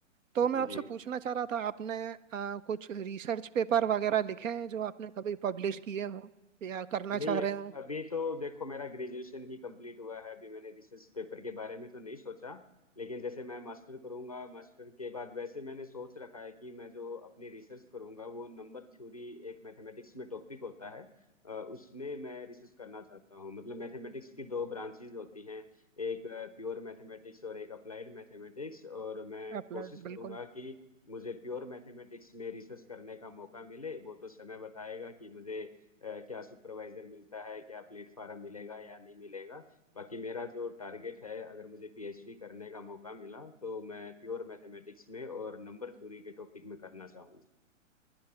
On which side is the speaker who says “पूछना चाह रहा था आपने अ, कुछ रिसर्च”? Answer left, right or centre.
Right